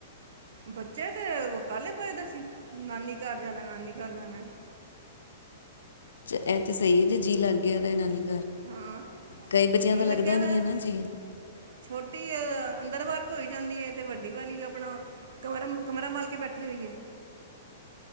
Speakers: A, on the right (about 70°); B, on the left (about 85°).
A: ਬੱਚੇ ਤੇ ਕੱਲ ਫਜਦਾ ਸੀ ਨਾਨੀ ਘਰ ਜਾਣਾ ਨਾਨੀ ਘਰ ਜਾਣਾ
B: ਇਹ ਤਾਂ ਸਹੀ ਹੈ ਜੇ ਜੀਅ ਲੱਗ ਗਿਆ ਤਾਂ ਇਹਨਾਂ ਨੀ
A: ਹਾਂ
B: ਕਈ ਬੱਚਿਆਂ
A: ਜੀਅ
B: ਦਾ ਲੱਗਦਾ
A: ਲੱਗਿਆ
B: ਨੀ
A: ਦਾ
B: ਹੈ ਨਾ ਜੀ
A: ਛੋਟੀ ਅੰਦਰ ਬਾਹਾਰ ਭੋਈ ਜਾਂਦੀ ਹੈ ਤੇ ਵੱਡੀ ਵਾਲੀ ਆਪਣਾ ਕਮਰ ਕਮਰਾ ਮਲ ਕੇ ਬੈਠੀ ਹੋਈ ਹੈ